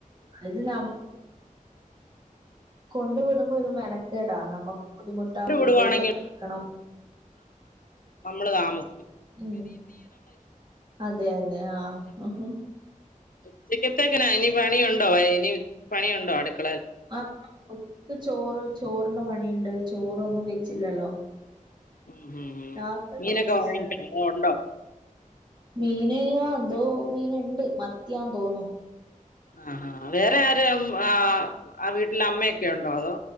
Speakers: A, on the right (about 35°); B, on the left (about 80°).
A: ഇത് ന കൊണ്ട് വിടുമ്പോ ഒരു മെനക്കേടാ നമ്മക്ക് ബുദ്ധിമുട്ടാ കുട്ടിയെ
B: വിടുവാണെങ്കിൽ
A: കൊണ്ടാക്കണം
B: നമ്മള് താമസി
A: ഉം അതെ അതെ ആ ഹും
B: ഉച്ചിക്കത്തേക്കനാ ഇനി പണിയുണ്ടോ ഇനി പണിയുണ്ടോ അടുക്ക
A: ആ ഉ <unintelligible> ക്ക് ചോറ് ചോറ് പണിണ്ട് ചോ റൊന്നും വെച്ചില്ലല്ലോ
B: ഉം ഉം ഉം ഉ
A: രാത്രി
B: മീനൊക്കെ
A: കഴിച്ചിട്ടില്ല
B: വാങ്ങിക്കോ അതോ ഉണ്ടോ
A: മീന് ആ ഏന്തോ മീന് ണ്ട് മ ത്ത്യാന്ന് തോന്നു
B: ആ ഹാ വേറാരാ ആ ആ വീട്ടിലമ്മയൊക്കെയുണ്ടോ അതോ